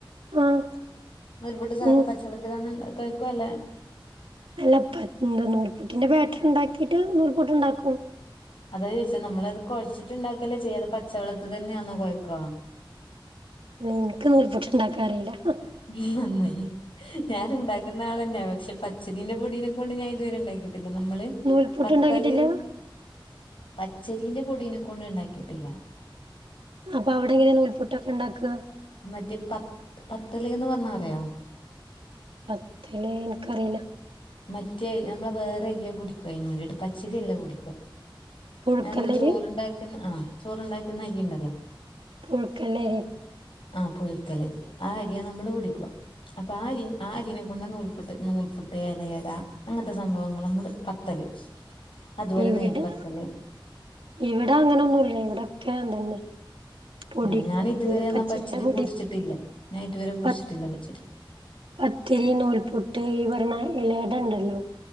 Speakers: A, on the right; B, on the left.
A: ആഹ്
B: നൂൽപുട്ട് സാധ
A: ഉം
B: പച്ചള്ളത്തിലങ്ങ് ണ്ടാ കൊയ്കൊല്ലേ
A: അല്ല പത് ന്താ നൂൽപൂട്ടിന്റെ ബാറ്ററിണ്ടാക്കിട്ട് നൂൽപുട്ട്ണ്ടാക്കും
B: അതാജോയിച്ചെ നമ്മളത് കൊഴച്ചിട്ട്ണ്ടാക്കല്ലേ ചെയ്യാത് പച്ചവെള്ളത്തിതന്നെയാന്നൊ കൊയക്കാ
A: ല്ല ഇൻക്ക് നൂൽപ്പുട്ട്ണ്ടാക്കാറീല ഹാ
B: ഉും നന്നായി ഞാൻ ഉണ്ടാക്കണ ന്നാളന്നെ പക്ഷെ പച്ചരീന്റെ പൊടീനെകൊണ്ട് ഞാ ഇ ത്വരെണ്ടാക്കിട്ടില്ല നമ്മള്
A: നൂൽപുട്ട്
B: പത്തലയും
A: ഉണ്ടാക്കിട്ടില്ല
B: പച്ചരീന്റെ പൊടീനെ കൊണ്ട് ണ്ടാക്കിട്ടില്ല
A: അപ്പൊ അവ്ടെങ്ങനെ നൂൽപുട്ടൊക്കെണ്ടാക്കാ
B: മറ്റേ പത് പത്തല്ന്ന് പറഞ്ഞ അറിയോ
A: പത്തല് ൻക്കറില
B: മറ്റേ അമ്മളെ വേറെ രിയാ പൊടിക്കയ് ന് വേണ്ടിട്ട് പച്ചരിയല്ല പൊടിക്ക
A: പുഴുക്കലരി
B: മേമ്മള് ചോറ്ണ്ടാക്ന്ന ആഹ് ചോറ്ണ്ടാക്ന്ന അരിണ്ടല്ലോ
A: പുഴ്ക്കല്ലേരി
B: ആഹ് പുഴുക്കല്ലരി ആഹ് അര്യാ നമ്മള് പൊടിക്കുവാ അപ്പൊ ആര്യ ആര്യനെ കൊണ്ട നൂൽട്ട് നൂൽപുട്ടേ ല്ലെയട അങ്ങത്തെ സംഭവങ്ങളും മ്മള് പത്തല് അതുപോലെ
A: ഇവിടെം
B: നെയ്പത്തല്
A: ഇവടെ അങ്ങനൊന്നുല്യ ഇവിടെക്കെ അതന്നെ പൊടി
B: ആഹ് ഞാന് ദ്വരെന്നാ
A: പച്ചരിയുടെ
B: പച്ചരി
A: പൊടി
B: പൊടിച്ചിട്ടില്ല ഞാഇത്വരെ പൊട്ഷ്ട്ടില്ല
A: പ
B: പച്ചരി
A: പത്തിരി നൂൽപുട്ട് ഈ വരണ ഇലേഡ ണ്ടല്ലോ